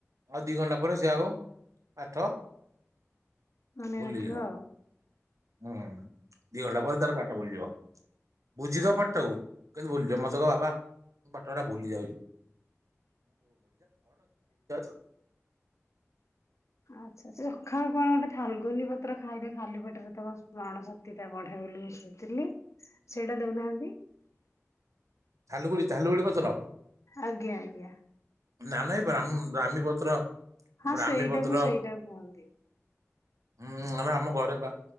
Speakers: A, on the right; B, on the left.
A: ଆଉ ଦିଇ ଘଣ୍ଟା ପରେ ସେ ଆଉ ପାଠ
B: ମନେ
A: ଭୁଲିଯିବ
B: ନଥିବ ଆଉ
A: ହୁଁ ଦିଇ ଘଣ୍ଟା ପରେ ତାର ପାଠ ଭୁଲିଯିବ। ବୁଝିଦବ ପାଠଟାକୁ କିନ୍ତୁ ଭୁଲି ଯିବ ମତେ କହିବ ବାବା ମୁଁ ପାଠଟା ଭୁଲି ଯାଉଛି। <inaudible>
B: ଆଚ୍ଛା। ସେ ସଖାଳୁ କଣ ଗୋଟେ ଥାଲଗୁନି ପତ୍ର ଖାଇଲେ ଖାଲି ପେଟରେ ତ ସ୍ମରଣ ଶକ୍ତିଟା ବଢେ ବୋଲି ଶୁଣିଥିଲି। ସେଇଟା ଦଉନାହାନ୍ତି।
A: ଥାଲୁଗୁଡି ଥାଲୁଗୁଡି ପତ୍ର।
B: ଆଜ୍ଞା ଆଜ୍ଞା।
A: ନା ନାଇଁ ବ୍ରା୍ମ ବ୍ରାହ୍ମୀ ପତ୍ର।
B: ହଁ
A: ବ୍ରାହ୍ମୀ
B: ସେଇଟାକୁ
A: ପତ୍ର
B: ସେଇଟା କୁହନ୍ତି।
A: ହୁଁ ଆମେ ଆମ ଘରେ ପା।